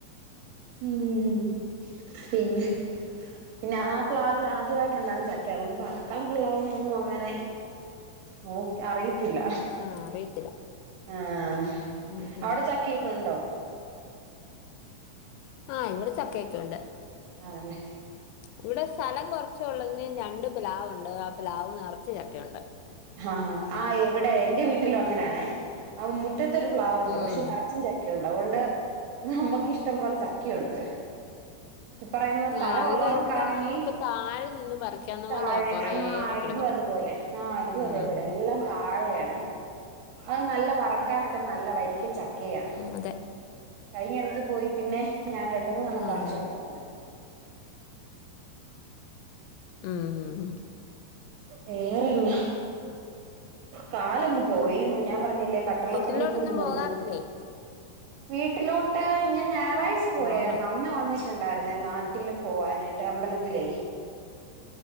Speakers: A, on the right (about 80°); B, on the left (about 90°).
A: ഉം പിന്നെ പിന്നെ ആ പ്ലാവിൽ ആദ്യമായിട്ട് ഉണ്ടാകുന്ന ചക്കയാ അതൊണ്ട് വറക്കാൻ കൊള്ളാവൊന്നൊന്നും അങ്ങനെ നോ അറിയത്തില്ല.
B: ആ അറിയത്തില്ല
A: ആഹ്
B: ഉം ഉം
A: ഔടെ ചക്കയൊക്കെ ഇണ്ടോ
B: ആഹ് ഇവിടെ ചക്ക്യോക്കെ ഉണ്ട്
A: ആണെല്ലേ
B: ഇവിടെ സ്ഥലം കുറച്ച് ഉള്ളങ്കിലും രണ്ട് പ്ലാവ്ണ്ട് ആ പ്ലാവ് നിറച്ച് ചക്ക ഉണ്ട്
A: ആ അ ആ ഇവിടെ എൻ്റെ വീട്ടിലും അങ്ങനെയാണെ അ മുറ്റത്തെരു പ്ലാവുണ്ട്
B: ഉം
A: പക്ഷെ നിറച്ചും ചക്കയുണ്ട് അതുകൊണ്ട് നമുക്ക് ഇഷ്ടംപോലെ ചക് ക്കണ്ട് ഈ പറയുന്ന സ്ഥലമള്ളവർക്കാണെങ്കി
B: ആ ഇതെല്ലാം നമുക്ക് താഴെ നിന്ന് പറിക്കാവുന്ന
A: താഴെ
B: പോലെയാ കുറേയേറെ
A: ആ
B: കിടക്കുന്നത്
A: ഇതും അതുപോലെ ആ ഇതും
B: ഉം
A: അതേപോലെ എല്ലാം താഴെയാണ് അത് നല്ല വറക്കാനൊക്കെ നല്ല വരിക്ക ചക്കയാണ്
B: ഉം, അതെ
A: കഴിഞ്ഞടു പോയി പിന്നെ ഞാൻ രണ്ട് മൂന്നെണ്ണം
B: ആ
A: പറിച്ചോണ്ട
B: ഹാ
A: വന്നേ
B: ഉം
A: വേറെന്ന കാലങ്ങ് പുകയുന്ന ഞാൻ പറഞ്ഞില്ലേ. കട്ടറ്ളപ്പടി
B: വീട്ടിലോട്ടൊന്നും
A: ഒക്കെട്ഞ്ഞ് മുറിഞ്ഞ്
B: പോകാറില്ലേ
A: വീട്ടിലോട്ട് ഞായറാഴ്ച പോയായിരുന്നു
B: ആണോ
A: അമ്മ വന്നിട്ടുണ്ടായിരുന്നേ നാട്ടില് പോവാനിട്ട് അമ്പലത്തിലേ